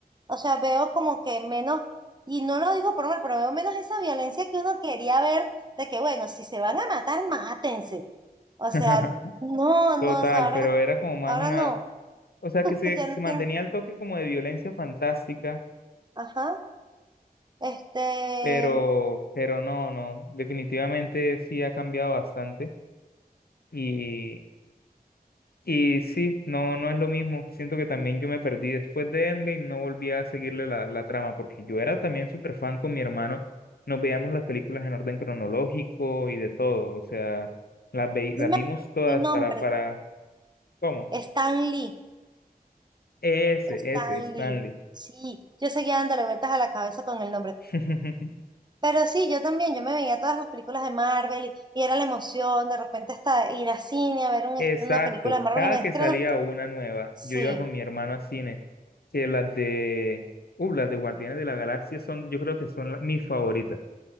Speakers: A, on the right; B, on the left.
A: o sea, veo como que menos, y no lo digo por mal, pero veo menos esa violencia que uno quería ver, de que bueno, si se van a matar, mátense. O
B: <laughs>
A: sea, no, no,
B: Total,
A: o sea, ahora,
B: pero era como más
A: ahora
B: una,
A: no,
B: o sea
A: <laughs>
B: que se,
A: ya
B: se
A: no
B: mantenía
A: tiene,
B: el toque como de violencia fantástica,
A: ajá, este,
B: pero, pero no, no, definitivamente sí ha cambiado bastante Y, y sí, no, no es lo mismo. Siento que también yo me perdí después de Endgame, no volví a seguirle la, la trama, porque yo era también súper fan con mi hermano. Nos veíamos las películas en orden cronológico y de todo. O sea, las, ve- las
A: no me
B: vimos
A: acuerdo
B: todas
A: el nombre,
B: para, para, ¿cómo?
A: Stan Lee,
B: Ese,
A: Stan
B: ese, Stanley.
A: Lee, sí, yo seguía dándole vueltas a la cabeza con el nombre.
B: <laughs>
A: Pero sí, yo también, yo me veía todas las películas de Marvel y, y era la emoción, de repente hasta ir a cine a ver un
B: Exacto.
A: est- una película de Marvel
B: Cada
A: en estreno.
B: que salía una nueva,
A: Sí,
B: yo iba con mi hermano a cine, que las de, uh, las de Guardianes de la Galaxia son, yo creo que son la- mis favoritas.